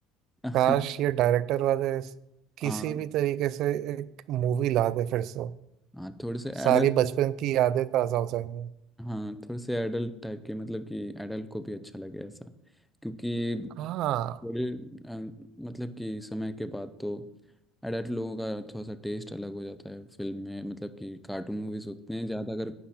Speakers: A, in the centre; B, on the right.
A: <laughs>
B: काश ये डायरेक्टर वाले इस- किसी
A: हाँ
B: भी तरीके से एक मूवी ला दे फिर से
A: हाँ थोड़े से
B: सारी
A: एडल्ट
B: बचपन की यादें ताजा हो जाएंगी
A: हाँ थोड़े से एडल्ट टाइप के मतलब कि एडल्ट को भी अच्छा लगे ऐसा क्योंकि
B: हाँ
A: बड़े अ, मतलब कि समय के बाद तो एडल्ट लोगों का थोड़ा सा टेस्ट अलग हो जाता है फिल्म में मतलब कि कार्टून मूवीज उतने ज़्यादा अगर